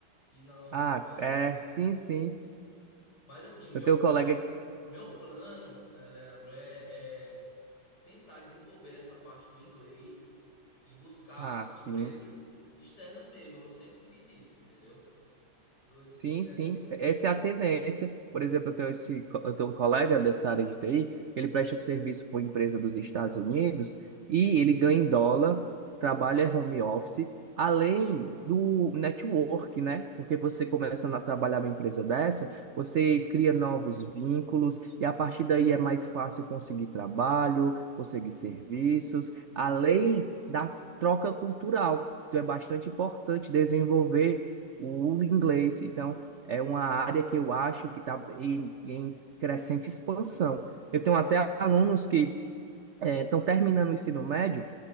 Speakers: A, on the left; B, on the right.
A: e na nossa
B: Ah,
A: moeda,
B: é,
A: né?
B: sim, sim.
A: Mas assim, o meu,
B: Eu tenho
A: o
B: um colega.
A: meu, meu plano, eh, Leandro, é, é tentar desenvolver essa parte do inglês e buscar
B: Ah, sim.
A: empresas externas mesmo. Eu sempre quis isso, entendeu? Do, do
B: Sim,
A: exterior.
B: sim. Essa é a tendência. Por exemplo, eu tenho, esse, co- eu tenho um colega dessa área de TI, ele presta serviço para uma empresa dos Estados Unidos e ele ganha em dólar, trabalha home office, além do network, né? Porque você começa a trabalhar numa empresa dessa, você cria novos vínculos e a partir daí é mais fácil conseguir trabalho, conseguir serviços, além da troca cultural. Então é bastante importante desenvolver o inglês. Então, é uma área que eu acho que está em, em crescente expansão. Eu tenho até alunos que estão terminando o ensino médio,